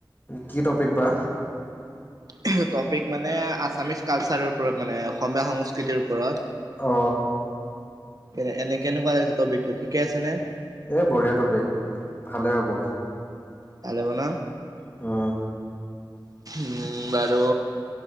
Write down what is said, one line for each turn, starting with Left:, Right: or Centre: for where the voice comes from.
Left: কি টপিক বা
Right: এহ টপিক মানে আছামিছ কালচাৰৰ ওপৰত মানে অসমীয়া সংস্কৃতিৰ ওপৰত
Left: অ
Right: এ এনে কেনেকুৱা লাগিছে টপিকটো ঠিকে আছে নে
Left: এই বঢ়িয়া টপিক, ভালেই হ'ব।
Right: ভালে হব ন।
Left: অ
Right: উম বাৰু